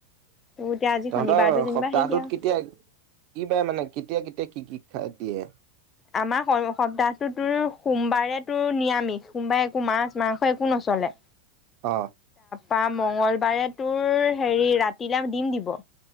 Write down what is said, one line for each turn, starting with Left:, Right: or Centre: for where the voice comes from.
Left: তোৰ এতিয়া আজি
Right: তহঁতৰ
Left: শনিবাৰটো যেনিবা
Right: সপ্তাহটোত
Left: হেৰি দিয়া
Right: কেতিয়া কি বাৰে মানে কেতিয়া কেতিয়া কি কি খাই দিয়ে?
Left: আমাৰ সপ্তাহটো তোৰ সোমবাৰে তোৰ নিৰামিষ সোমবাৰে একো মাছ মাংস একো নচলে
Right: অ
Left: প মঙ্গলবাৰে তোৰ হেৰি ৰাতিলে দিম দিব